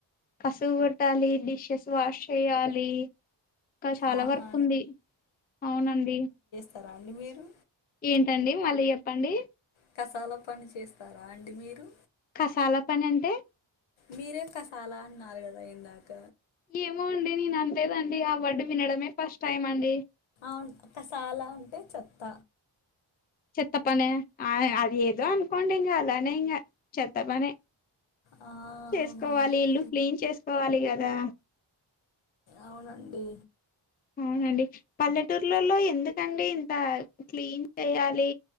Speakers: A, on the left; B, on the left.
A: కసువు గోట్టాలి డిషెస్ వాష్ చేయాలి ఇంకా చాలా
B: అవునా
A: వర్క్ ఉంది అవునండి
B: తర అండి మీరు
A: ఏంటండి మళ్ళీ చెప్పండి
B: కసాల పని చేస్తారా అండి మీరు
A: కసాలా పని అంటే
B: మీరే కసాలా అన్నారు కదా ఇందాక
A: ఏమో అండి నేను అన్లేదండి ఆ వర్డ్ వినడమే ఫస్ట్ టైం అండి
B: అవున్ కసాల అంటే చెప్త
A: చెత్త పన ఆద్ అది ఏదో అనుకోండి ఇంగ అలానే ఇంగ చెత్త పనే
B: ఆ
A: చేసుకోవాలి
B: అవునా అండి
A: ఇల్లు క్లీన్ చేసుకోవాలి కదా
B: అవునండి
A: అవునండి పల్లెటూర్లలో ఎందుకండి ఇంత క్లీన్ చేయాలి